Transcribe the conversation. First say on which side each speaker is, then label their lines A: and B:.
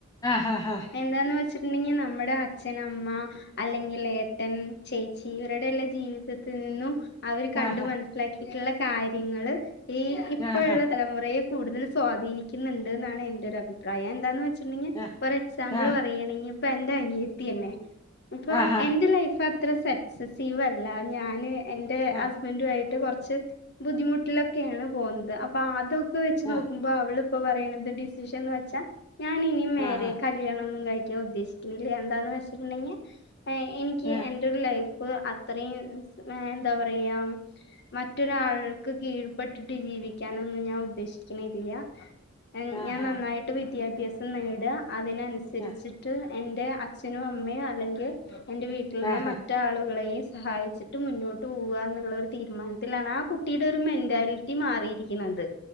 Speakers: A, on the left (about 15°); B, on the left (about 55°).
A: ആ ഹഹ
B: എന്താന്ന് വെച്ചിട്ടുണ്ടെങ്കിൽ നമ്മ അച്ഛൻ അമ്മ അല്ലെങ്കിൽ ഏട്ടൻ ചേച്ചി ഇവരുടെയല്ല ജീവിതത്തിൽ നിന്നും അവര് കണ്ടു
A: ആഹാ
B: മനസ്സിലാക്കി ഇട്ടുള്ള കാര്യങ്ങള് ഈ ഇപ്പോഴുള്ള
A: ആഹാ
B: തലമുറയെ കൂടുതൽ സ്വാധീനിക്കുന്നുണ്ട് എന്നാണ് എന്റെ ഒരു അഭിപ്രായം എന്താന്ന് വെ ചിറ്റുണ്ടങ്കിൽ
A: ആ
B: നമ്മള്
A: ആ
B: പറയുകണ ഇനിയിപ്പ എന്ടെ അനിത്തിയന്നെ ഇപ്പൊ
A: ആഹാ
B: എന്റെ ലൈഫ് ആ അത്ര സക്സസീവ അല്ല ഞാന് എന്റെ
A: ആ
B: ഹസ്ബന്റു ആയിട്ട് കുറച്ച് ബുദ്ധിമുട്ടിലൊക്കെയാണ് പോകുന്നത് അപ്പൊ അത് വെച്ച്
A: ആ
B: നോക്കുമ്പോൾ അവള് ഇപ്പൊ പറയണത് ഡിസിഷൻന്ന് വെച്ചാ ഞാനിനി മേരെ
A: ആഹാ
B: ന്നും കഴിക്കൻ ഉദ്ദേശിക്കുന്നില്ല എന്താന്ന് വെച്ചിട്ടുണ്ടെങ്കിൽ എ എനിക്ക്
A: ആ
B: എന്റെ ഒരു ലൈഫ് ഇപ്പൊ അത്രയും എന്താ പറയാ മറ്റൊരാൾക്ക് കീഴ്പെട്ടിട്ട് ജീവിക്കാനൊന്നും ഞാൻ ഉദ്ദേശിക്കുന്നില്യ മം
A: ആഹാ
B: ഞാൻ നന്നായിട്ട് വി വിദ്യാഭ്യാസം നേടുക അതിനനുസരിച്ചിട്ട്
A: ആ
B: എന്റെ അച്ഛനും അമ്മയും അല്ലെങ്കിൽ എന്റെ വീട്ടിലുള്ള
A: ആഹാ
B: മറ്റ് ആളുകളെയും സഹായിച്ചിട്ട് മുന്നോട്ട് പോവ എന്നുള്ള ഒരു തീരുമാനത്തിലാണ് ആ കുട്ടിയുടെ ഒരു മെൻറാലിറ്റി മാറിയിരിക്കുന്നത്